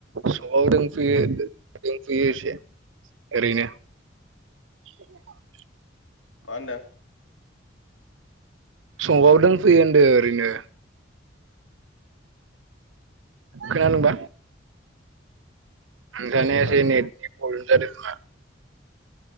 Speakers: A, on the right; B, on the left.
A: सकआव दोंफैयो दोंफैयो इसे ओरैनो <unintelligible>
B: मा होनदों?
A: संगआव‌ दोंफैयो होनदो ओरैनो खोनादोंबा? आंगानिया
B: औ खोनादों
A: <unintelligible> एसे प्रब्लेम जादों खोमा?